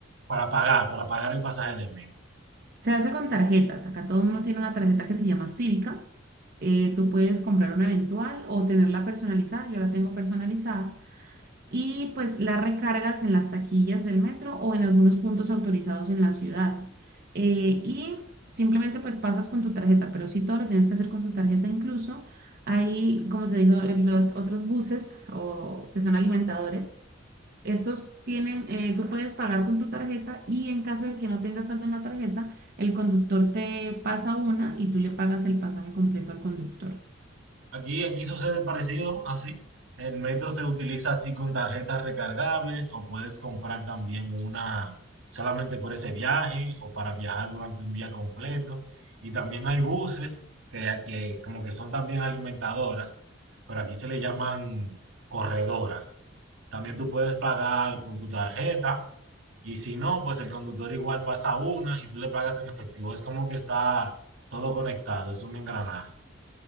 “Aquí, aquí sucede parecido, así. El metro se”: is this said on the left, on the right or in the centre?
Right